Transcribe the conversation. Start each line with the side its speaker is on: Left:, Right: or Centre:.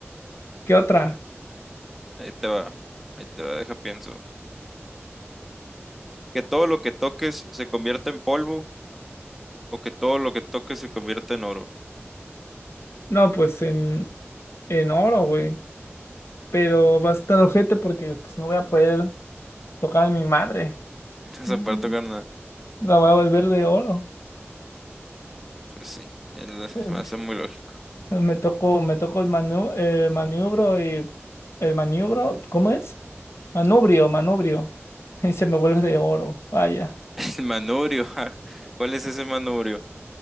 Left: ¿Qué otra?
Centre: Ahí te va. Ahí te va, deja pienso. Que todo lo que toques se convierta en polvo O que todo lo que toque se convierta en oro.
Left: No, pues en, en oro, güey. Pero va a estar ojete porque pues no voy a poder tocar a mi madre.
Centre: <laughs> No
Left: Mm,
Centre: se puede tocar nada.
Left: La voy a volver de oro.
Centre: Pues sí, el-
Left: <laughs>
Centre: me hace muy lógico.
Left: Em, Me toco, me toco el manu- el maniobro y el maniobro, ¿cómo es? Manubrio, manubrio. <laughs> Y se me vuelve de oro. Vaya.
Centre: <laughs> El manubrio, ja. ¿Cuál es ese manubrio?